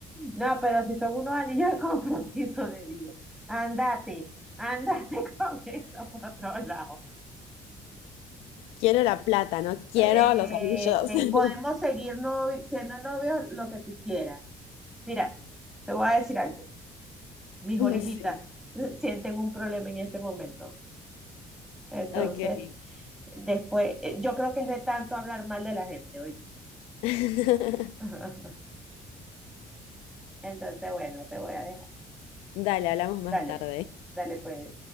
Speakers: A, in the centre; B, on the left (about 75°).
A: No, pero si son unos anillos de compromiso, <laughs> le digo, andate, andate <laughs> con eso por otro lado.
B: Quiero la plata, no quiero
A: Eh,
B: los anillos.
A: Este,
B: <laughs>
A: podemos seguir novi- siendo novios lo que tú quieras. Mira, te voy a decir algo. Mis orejitas
B: Sí,
A: <laughs> sienten un problema en este momento. Entonces,
B: ok.
A: después, eh, yo creo que es de tanto hablar mal de la gente hoy.
B: <laughs>
A: <laughs> Entonces, bueno, te voy a dejar.
B: Dale, hablamos más
A: Dale,
B: tarde.
A: dale pues.